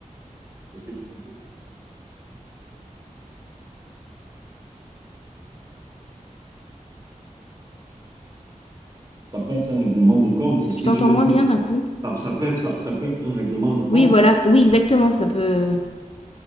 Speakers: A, on the right; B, on the left.
A: c'est ce que tu veux dire. Ça peut être un règlement de compte, c'est ce
B: Je
A: que
B: t'entends
A: tu veux
B: moins
A: dire.
B: bien d'un coup.
A: Ça, ça peut être, ça peut être un règlement de compte.
B: Oui, voilà. Oui, exactement. Ça peut.